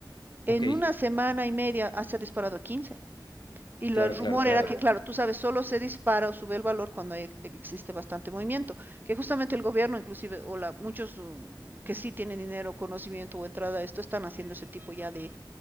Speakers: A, on the right; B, on the left.
A: En
B: ok,
A: una semana y media ah, se ha disparado a quince y el
B: claro,
A: rumor
B: claro, claro.
A: era que, claro, tú sabes, solo se dispara o sube el valor cuando hay- existe bastante movimiento, que justamente el gobierno, inclusive, o la, muchos mm, que sí tienen dinero, conocimiento o entrada a esto, están haciendo ese tipo ya de,